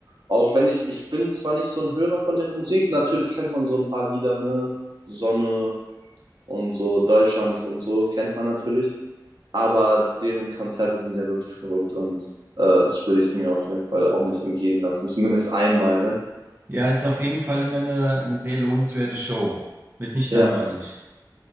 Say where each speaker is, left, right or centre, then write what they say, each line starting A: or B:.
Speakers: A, on the right; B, on the right.
A: Auch wenn ich, ich bin zwar nicht so ein Hörer von deren Musik, natürlich kennt man so ein paar Lieder, ne? Sonne und so, Deutschland und so, kennt man natürlich. Aber deren Konzerte sind ja wirklich verrückt und äh, das will ich mir auf jeden Fall auch nicht entgehen lassen. Zumindest einmal, ne?
B: Ja, ist auf jeden Fall immer eine, eine sehr lohnenswerte Show. Wird nicht
A: Ja.
B: langweilig.